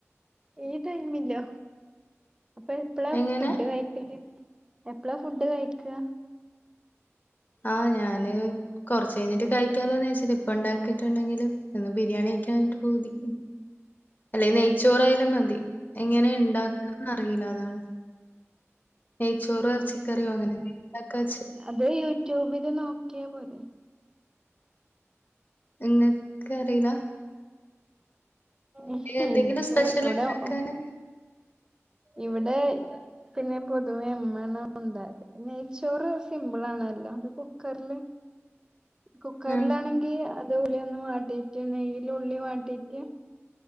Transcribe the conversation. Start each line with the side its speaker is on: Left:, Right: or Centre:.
Right: ഈ ടൈമിലോ അപ്പ എപ്പളാ
Left: എങ്ങനെ
Right: ഫുഡ്ഡ് കഴിക്കല്? എപ്പളാ ഫുഡ്ഡ് കഴിക്കാ?
Left: ആഹ് ഞാന് കൊറച്ചെയ്ഞ്ഞിട്ട് കഴിക്കാലോന്ന് വെച്ചിട്ട്. ഇപ്പണ്ടാക്കിട്ട്ണ്ടെങ്കില് ഇന്ന് ബിരിയാണി കയിക്കാനൊര് പൂതി. അല്ലേങ്കി നെയ്ച്ചോറായാലും മതി. എങ്ങനേ ഇണ്ടാക്കാന്നറീല അതാണ്. നെയ്ച്ചോറും എർച്ചിക്കറിയോ അങ്ങനെന്തെങ്കിലുംണ്ടാക്കാച്ച്
Right: അത് യൂട്യൂബില് നോക്കിയാ പോരേ?
Left: ഇങ്ങക്ക് അറീലാ
Right: ഇക്ക്
Left: എന്തെങ്കിലും സ്പെഷ്യൽ
Right: ഇവടേ
Left: ഉണ്ടാക്കാന്
Right: ഉ ഇവിടേ പിന്നെ പൊതുവേ ഇമ്മേണ് ഉണ്ടാക്ക. നെയ്ച്ചോർ സിമ്പിൾ ആണ്. അത് കുക്കർല്. കുക്കർലാണെങ്കി
Left: ആഹ്
Right: അത് ഉള്ളി ഒന്ന് വാട്ടീറ്റ് നെയ്യിൽ ഉള്ളി വാട്ടീറ്റ്